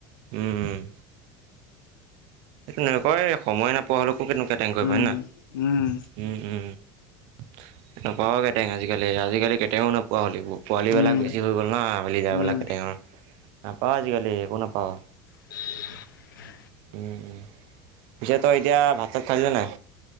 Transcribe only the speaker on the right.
উম উম- সটো নক কয় সময় নাপায়- প'লকো কেনেকুৱা কেটেং কৰিব
হয় নাই
উম উম - <unintelligible> ং আজিকালি আজাকালি কেতেং নোপোৱা হ'ল এইবোৰ- পোৱালিবিলাক
বেছি হৈ গ'ল ন মেলি যাবিলাক
কেটেংৰ নাপাওঁ আজিকালি একো নাপাওঁ
উম উম পিছে তই এতিয়া ভাতাচাত খালিনে নাই